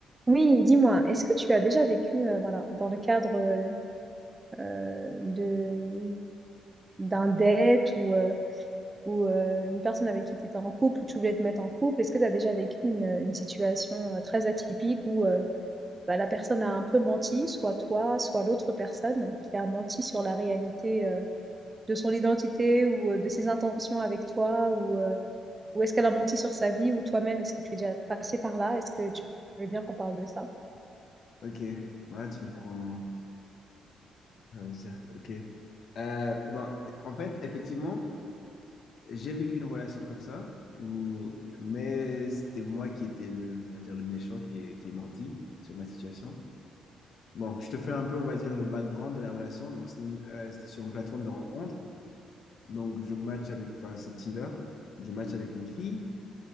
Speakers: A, on the right (about 25°); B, on the left (about 60°).
A: Oui, dis-moi, est-ce que tu as déjà vécu, euh, voilà, dans le cadre euh, euh, de d'un date ou, euh, ou euh, une personne avec qui tu étais en couple ou tu voulais te mettre en couple, est-ce que tu as déjà vécu une, une situation euh, très atypique où euh, bah, la personne a un peu menti, soit toi, soit l'autre personne qui a menti sur la réalité euh, de son identité ou euh, de ses intentions avec toi ou, euh, ou est-ce qu'elle a menti sur sa vie ou toi-même, est-ce que tu es déjà passé par là? Est-ce que tu veux bien qu'on parle de ça?
B: Ok, ouais, tu me prends. Ah oui, ça, Ok. Euh, bon, en fait, effectivement, j'ai vécu une relation comme ça, où... mais c'était moi qui étais le, on va dire, le méchant qui est, qui est menti sur ma situation. Bon, je te fais un peu, on va dire, le background de la relation. Donc, c'est une- euh, c'était sur une plateforme de rencontre. Donc, je match avec, enfin, c'est Tinder. Je match avec une fille.